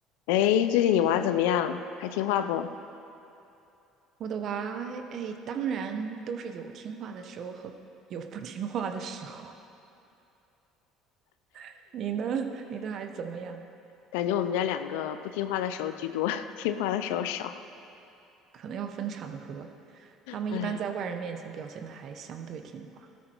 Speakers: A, on the left; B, on the right.
A: 哎，最近你娃怎么样？还听话不？
B: 我的娃，哎，当然都是有听话的时候和有不听话的时候。<laughs> 你呢？你的孩子怎么样？
A: 感觉我们家两个不听话的时候居多，<laughs> 听话的时候少。
B: 可能要分场合。他们一般在外人面前表现的还相对听话。
A: 哎，呀，